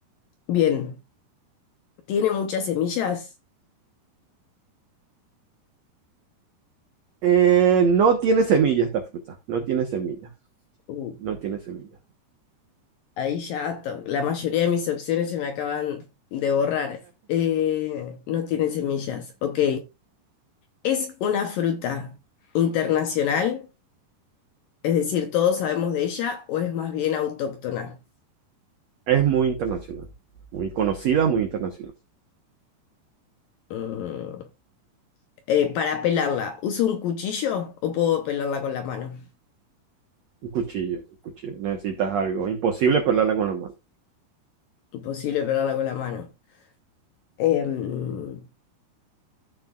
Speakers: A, on the left; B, on the right.
A: Bien, ¿tiene muchas semillas?
B: Eh, no tiene semilla esta fruta, no tiene semillas,
A: Uh,
B: no tiene semillas.
A: ahí ya to- la mayoría de mis opciones se me acaban de borrar. Eh, no tiene semillas, ok. ¿Es una fruta internacional? Es decir, ¿todos sabemos de ella o es más bien autóctona?
B: Es muy internacional, muy conocida, muy internacional.
A: Mm, eh, para pelarla, ¿uso un cuchillo o puedo pelarla con la mano?
B: Un cuchillo, un cuchillo. Necesitas algo. Imposible pelarla con la mano.
A: Imposible pelarla con la mano. Em,